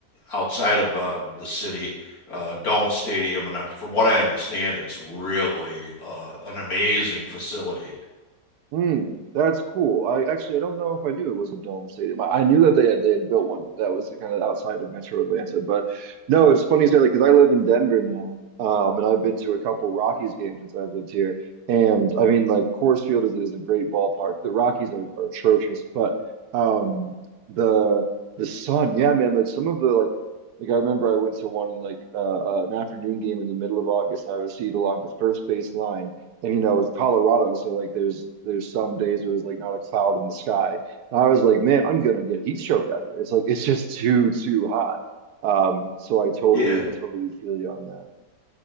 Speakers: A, on the left; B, on the right.
A: outside of uh, the city. Uh, Dome Stadium, and I, from what I understand, it's really uh, an amazing facility.
B: Mm, that's cool. I actually I don't know if I knew it was a dome stadium. I, I knew that they had they had built one that was kind of outside of Metro Atlanta, but no, it's funny you say that because I live in Denver now, um, and I've been to a couple Rockies games since I've lived here, and I mean like Coors Field is, is a great ballpark. The Rockies are, are atrocious, but um, the the Sun, yeah, man, like some of the like like I remember I went to one in like uh, uh, an afternoon game in the middle of August. I was seated along the first base line and you know it's Colorado, so like there's there's some days where there's like not a cloud in the sky. And I was like, man, I'm gonna get heat stroke out here. It's like it's just too too hot. Um, so I totally
A: Yeah,
B: I totally feel you on that.